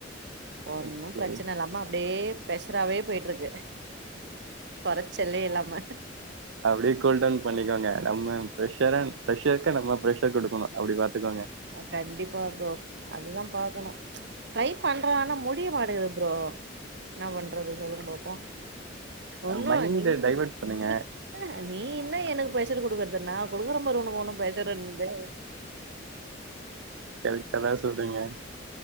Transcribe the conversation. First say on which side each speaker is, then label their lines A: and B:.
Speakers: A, on the right (about 65°); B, on the right (about 90°).
A: ஒன்னும்
B: ஓகே
A: பிரச்சன இல்லாம அப்படியே ப்ரஷராவே போயிட்டு இருக்கு கொறச்சலே இல்லாம
B: அப்படியே கூல்டவுன் பண்ணிக்கோங்க நம்ம ப்ரஷர ப்ரஷருக்கு நம்ம ப்ர ஷர் குடுக்கனு அப்டி பாத்துக்கோங்க
A: கண்டிப்பா ப்ரோ அதுதா பாக்கணு ட்ரை பண்ற ஆனா முடிய மாட்டது ப்ரோ என்ன பண்றது சொல்லுங்க பாப்போ ஒன்னு
B: மைண்ட்
A: நீ
B: டைவைர்ட் பண்ணுங்க
A: நீ என்ன நீ என்ன எனக்கு பிரஷரு குடுக்குறது நா குடுக்குறம் பாரு உனக்கு ஒனு ப்ரஷருன்தே
B: கரெக்டா தா சொல்றீங்க